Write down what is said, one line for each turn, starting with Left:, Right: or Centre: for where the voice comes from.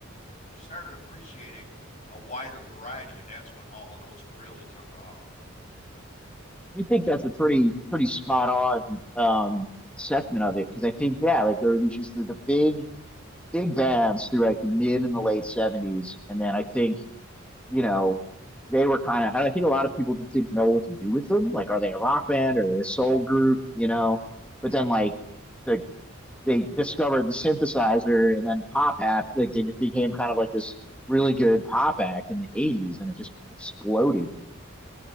Left: started appreciating a wider variety, and that's when Hall and Oates really took off.
Centre: I think that's a pretty pretty spot on um, assessment of it because I think yeah, like there were these just the, the big big bands through like the mid and the late seventies, and then I think you know they were kind of I think a lot of people just didn't know what to do with them. Like, are they a rock band? Are they a soul group? You know, but then like the they discovered the synthesizer and then pop act. Like they just became kind of like this really good pop act in the eighties, and it just exploded.